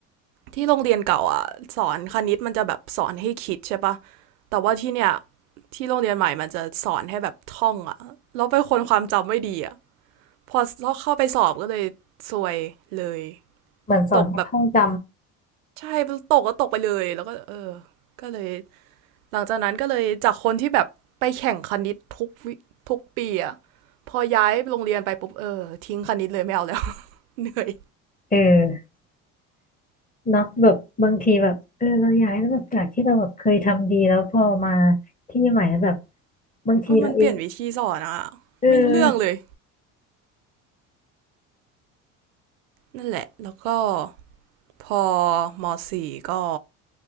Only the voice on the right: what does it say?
ที่โรงเรียนเก่าอะสอนคณิตมันจะแบบสอนให้คิดใช่ปะแต่ว่าที่เนี่ยที่โรงเรียนใหม่มันจะสอนให้แบบท่องอะแล้วเป็นคนความจำไม่ดีอะพอเข้าไปสอบก็เลยซวยเลย
ตกแบบ ใช่ตกก็ตกไปเลยแล้วก็เออก็เลย หลังจากนั้นก็เลยจากคนที่แบบไปแข่งคณิตทุกวิทุกปีอะพอย้ายโรงเรียนไปปุ๊บเออทิ้งคณิตเลยไม่เอาแล้ว <laughs> เหนื่อย
เออมันเปลี่ยนวิธีสอนอะ
ไม่รู้เรื่องเลย นั่นแหละ แล้วก็พอมสี่ก็